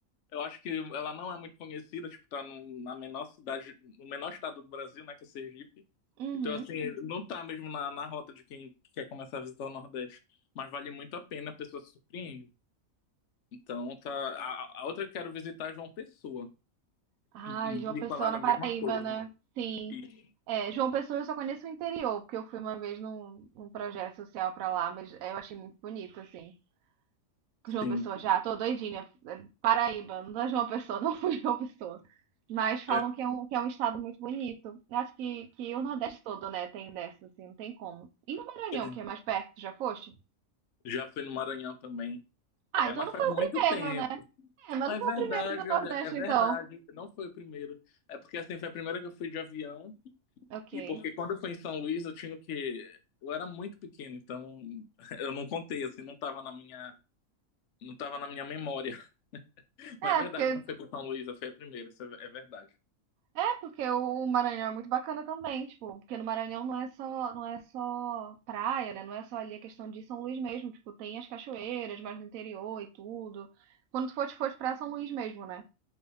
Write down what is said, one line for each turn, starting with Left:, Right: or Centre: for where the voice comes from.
Left: eu acho que ela não é muito conhecida, tipo, tá num, na menor cidade, no menor estado do Brasil, né, que é Sergipe,
Right: Uhum.
Left: então assim, não tá mesmo na, na rota de quem quer começar a visitar o Nordeste, mas vale muito a pena, a pessoa se surpreende, então tá, a, a outra que quero visitar é João Pessoa,
Right: Ah,
Left: E-
Right: João
Left: e me
Right: Pessoa
Left: falaram
Right: na
Left: a
Right: Paraíba,
Left: mesma coisa,
Right: né? Sim.
Left: E,
Right: É, João Pessoa eu só conheço o interior, porque eu fui uma vez num, num projeto social pra lá, mas eu achei muito bonito, assim.
Left: sim,
Right: João Pessoa já, tô doidinha. É Paraíba, não é João Pessoa, <laughs> não fui João Pessoa. Mas falam
Left: é,
Right: que é um, que é um estado muito bonito. Eu Acho que, que o Nordeste todo, né, tem dessa, assim, não tem como. E o Maranhão,
Left: é,
Right: que é mais perto, já foste?
Left: já fui no Maranhão também,
Right: Ah,
Left: É,
Right: então
Left: mas
Right: não
Left: faz
Right: foi o
Left: muito
Right: primeiro,
Left: tempo.
Right: né? É, mas
Left: Ah,
Right: não foi
Left: é verdade,
Right: o primeiro do Nordeste,
Left: olha, é verdade.
Right: então.
Left: Não foi o primeiro. É porque assim, foi a primeira que eu fui de avião.
Right: Ok.
Left: E porque quando eu fui em São Luís, eu tinha o quê? Eu era muito pequeno, então <laughs> eu não contei, assim, não tava na minha, não tava na minha memória. <laughs> Mas
Right: É,
Left: é verdade,
Right: porque
Left: não foi pro São Luís, foi a primeira, isso é, é verdade.
Right: É, porque o Maranhão é muito bacana também, tipo, porque no Maranhão não é só, não é só praia, né? Não é só ali a questão de São Luís mesmo, tipo, tem as cachoeiras mais no interior e tudo. Quando tu for, tu for pra São Luís mesmo, né?